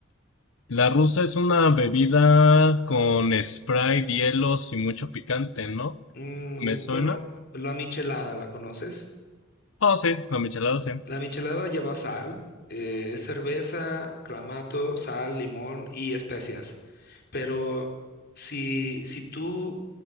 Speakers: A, on the left; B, on the left.
A: La rusa es una bebida con Sprite, hielos y mucho picante, ¿no?
B: Mm,
A: ¿Me suena?
B: bueno, la michelada, ¿la conoces?
A: Oh, sí, la michelada sí.
B: La michelada lleva sal, eh, es cerveza, clamato, sal, limón y especias. Pero si, si tú